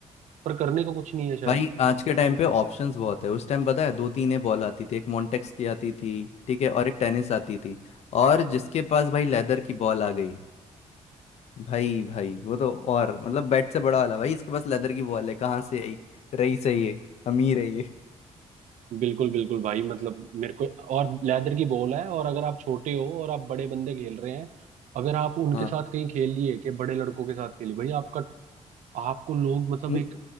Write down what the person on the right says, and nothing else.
पर करने को कुछ नहीं है शायद
बिल्कुल बिल्कुल भाई मतलब मेरे को और लेदर की बॉल है और अगर आप छोटे हो और आप बड़े बंदे खेल रहे हैं अगर आप उनके
साथ कहीं खेल लिए कि बड़े लड़कों के साथ खेली भाई आपका आपको लोग मतलब
एक